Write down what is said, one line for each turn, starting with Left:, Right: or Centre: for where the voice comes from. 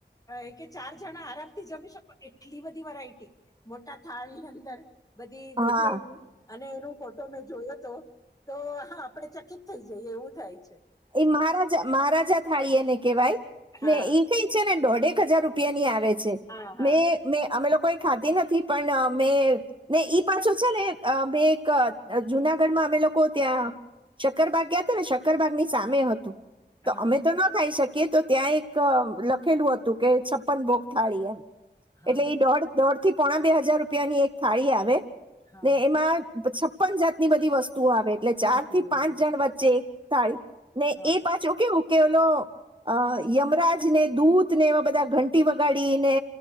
Left: એ કે ચાર જણા આરામથી જમી શકો એટલી બધી વરાયટી મોટા થાળ ની અંદર બધી ગોઠવેલી
Right: હા.
Left: અને એનો ફોટો મેં જોયોતો. તો હા આપડે ચકિત થઈ જઈએ એવું થાય છે.
Right: એ મહારાજા મહારાજા થાળી એને કેવાય.
Left: હા
Right: ને એ કઈ છે નો એક હજાર રૂપિયા ની આવે છે.
Left: હા હા
Right: મે અમે લોકો ખા નથી પણ અ ને ઈ પાછો છે ને બે એક જુનાગઢમાં અમે લોકો ત્યાં, શક્કરબાગ ગયા હતા ને શક્કરબાગ ની સામે હતુ.
Left: હા
Right: તો અમે તો ના ખાઈ શકીએ કે તો ત્યાં એક લખેલું હતું કે છપ્પન ભોગ થાળી એમ.
Left: હા
Right: એટલે એ દોઢ દોઢ થી પોણા બે હજાર રૂપિયાની એક થાળી આવે.
Left: હા
Right: ને એમાં છપ્પન જાતની બધી વસ્તુઓ આવે. એટલે ચાર
Left: શાંતિ
Right: થી
Left: રહે,
Right: પાંચ જણ વચ્ચે એક થાળી. ને
Left: હા.
Right: એ પાછું કેવું ત કેલો અ યમરાજ ને દૂતને એવા બધા ઘંટી વગાડીને